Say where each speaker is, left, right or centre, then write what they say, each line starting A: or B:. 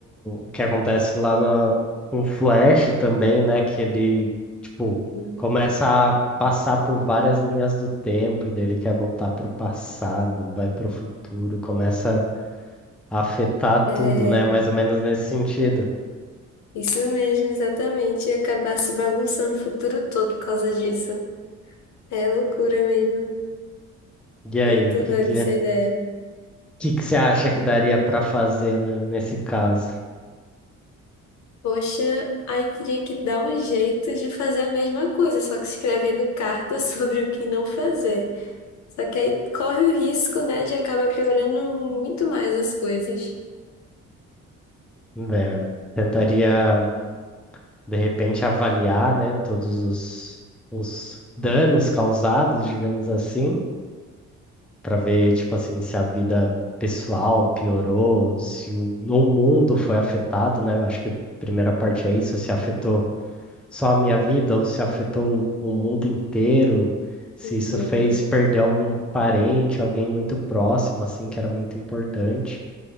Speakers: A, in the centre; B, on the left (about 65°).
A: o que acontece lá na, com o Flash também, né? Que ele, tipo,
B: Uhum.
A: começa a passar por várias linhas do tempo e daí ele quer voltar pro passado, vai pro futuro, começa a afetar
B: É,
A: tudo, né? Mais ou menos nesse sentido.
B: isso mesmo, exatamente. E acabar se bagunçando o futuro todo por causa disso. É loucura mesmo.
A: E aí,
B: Muito
A: o que
B: doida
A: que,
B: essa
A: o
B: ideia.
A: que que você acha que daria pra fazer, né, nesse caso?
B: Poxa, aí teria que dar um jeito de fazer a mesma coisa, só que escrevendo carta <laughs> sobre o que não fazer. Só que aí corre o risco, né, de acabar piorando muito mais as coisas.
A: Né, tentaria, de repente, avaliar, né, todos os, os danos causados, digamos assim Pra ver, tipo assim, se a vida pessoal piorou, se o no mundo foi afetado, né? Eu Acho que a primeira parte é isso, se afetou só a minha vida ou se afetou o mundo inteiro, se
B: Uhum.
A: isso fez perder algum parente, alguém muito próximo, assim, que era muito importante.